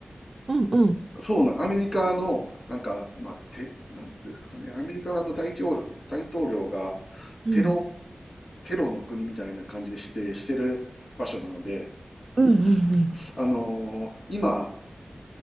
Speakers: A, on the right; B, on the left.
A: うんうん。
B: そうな、アメリカの、なんか、まあ、て、なんていうんですかね、アメリカの大統領、大統領が
A: うん。
B: テロ、テロの国みたいな感じで指定してる場所なので、
A: うんうんうん。
B: あのー今、